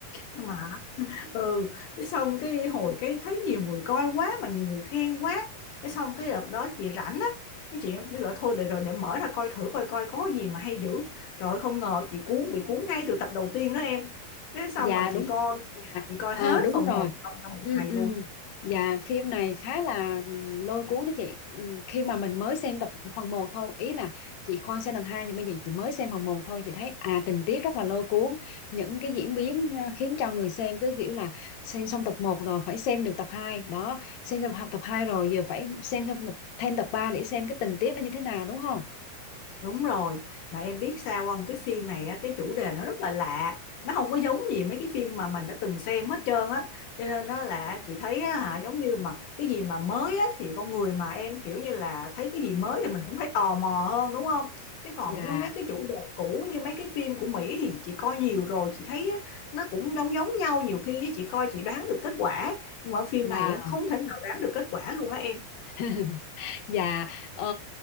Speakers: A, on the left; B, on the left.
A: nhưng mà ừ cái xong cái hồi cái thấy nhiều người coi quá mà nhiều người khen quá cái xong cái đợt đó chị rảnh á cái chị mới bảo thôi để rồi để mở ra coi thử coi coi có gì mà hay dữ trời ơi, không ngờ chị cuốn bị cuốn ngay từ tập đầu tiên đó em cái xong
B: dạ
A: rồi
B: đúng
A: chị coi
B: dạ
A: chị coi
B: ờ
A: hết
B: đúng
A: phần
B: rồi
A: 1 trong trong một
B: ừ
A: ngày
B: ừ
A: luôn
B: dạ phim này khá là ừm, lôi cuốn đấy chị Ừ, khi mà mình mới xem tập phần một thôi ý là chị khoan xem lần hai nhưng bây giờ chị mới xem phần một thôi chị thấy à tình tiết rất là lôi cuốn những cái diễn biến à, khiến cho người xem cứ kiểu là xem xong tập một rồi phải xem được tập 2 đó xem tập tập 2 rồi giờ phải xem thêm tập, thêm tập 3 để xem cái tình tiết nó như thế nào đúng không
A: Đúng rồi, mà em biết sao không? Cái phim này á, cái chủ đề nó rất là lạ, nó không có giống gì mấy cái phim mà mình đã từng xem hết trơn á. Cho nên nó là chị thấy á, hả giống như mà cái gì mà mới á thì con người mà em kiểu như là thấy cái gì mới thì mình cũng phải tò mò hơn đúng không? Chứ còn
B: dạ
A: nó mấy cái chủ đề cũ như mấy cái phim của Mỹ thì chị coi nhiều rồi, chị thấy á, nó cũng giống giống nhau, nhiều khi á, chị coi chị đoán được kết quả, nhưng mà ở phim
B: wow
A: này á, không thể nào đoán được kết quả luôn đó em.
B: <laughs> Dạ ờ,